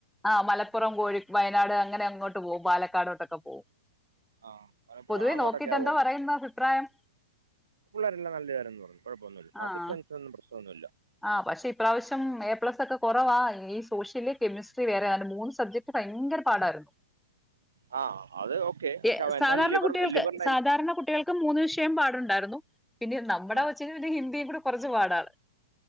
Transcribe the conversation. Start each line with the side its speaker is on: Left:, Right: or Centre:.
Centre: ആഹ്, മലപ്പുറം കോഴി വയനാട് അങ്ങനെ അങ്ങോട്ട് പോവും പാലക്കാടോട്ടൊക്കെ പോവും.
Right: ആഹ് മലപ്പുറം
Centre: പൊതുവേ
Right: അങ്ങോട്ടൊക്കെയാ
Centre: നോക്കിട്ടന്തോ പറയുന്ന അഭിപ്രായം.
Right: പിള്ളേരെല്ല നല്ലവരന്ന് പറഞ്ഞു കൊഴപ്പൊന്നുമില്ല
Centre: ആ
Right: <unintelligible> പ്രശ്നംന്നുല്ല
Centre: ആഹ് പക്ഷേ ഇപ്രാവശ്യം എ പ്ലസ് ഒക്കെ കുറവാ ഈ സോഷ്യല് കെമിസ്ട്രി വേറെ <unintelligible> മൂന്ന് സബ്ജക് ഭയങ്കര പാടായിരുന്നു.
Right: ആ അത് ഓക്കെ പക്ഷെ
Centre: ഏയ്
Right: അവൻ
Centre: സാധാരണ
Right: എന്നാലും ലിബർ
Centre: കുട്ടികൾക്ക്
Right: ലിബറിലായിരിക്കും
Centre: സാധാരണ കുട്ടികൾ ക്ക് മൂന്ന് വിഷയം പാടുണ്ടായിരുന്നു. പിന്നെ നമ്മടെ
Right: ആ
Centre: കൊച്ചിന് പിന്നെ ഹിന്ദിയും കൂടെ കൊറച്ച് പാടാണ്.